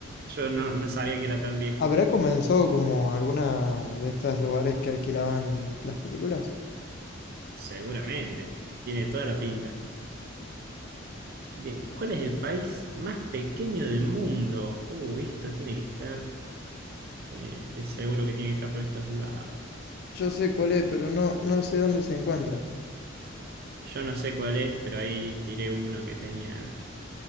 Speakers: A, on the right; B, on the left.
A: Yo no, no sabía que era tan viejo
B: ¿Habrá comenzado como alguna de estos lugares que alquilaban las películas?
A: Seguramente. Tiene toda la pinta. Bien, ¿cuál es el país más pequeño del mundo? Uh, esto tiene que estar, eh, estoy seguro que tiene que estar por estos lados.
B: Yo sé cuál es, pero no, no sé dónde se encuentra.
A: Yo no sé cuál es, pero ahí tiré uno que tenía